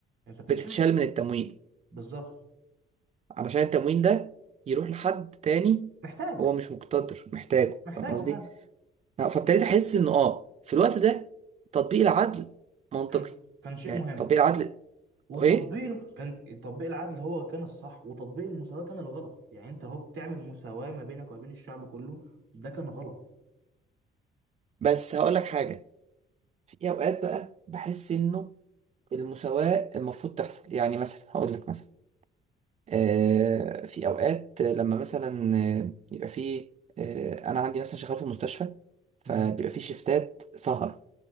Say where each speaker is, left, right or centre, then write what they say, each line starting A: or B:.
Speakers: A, on the right (about 75°); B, on the right (about 35°).
A: أنت بتتشال
B: بتتشال من التموين
A: بالظبط
B: علشان التموين ده يروح لحد تاني
A: محتاج
B: هو مش مقتدر محتاجه
A: محتاجه
B: فاهم قصدي؟
A: فعلا
B: آه، فابتديت أحس إنه آه في الوقت ده تطبيق العدل منطقي
A: كان كان شيء
B: يعني
A: مهم
B: تطبيق العدل
A: وتطبيق
B: إيه؟
A: الم- كان تطبيق العدل هو كان الصح وتطبيق المساواة كان الغلط يعني انت اهو بتعمل مساواة ما بينك وما بين الشعب كله ده كان غلط
B: بس هقول لك حاجة في أوقات بقى بحس إنه المساواة المفروض تحصل يعني مثلا هقول لك مثلا آه في أوقات لما مثلا آه، يبقى في آه أنا عندي مثلا شغال في المستشفى فبيبقى
A: امم
B: في شيفتات سهر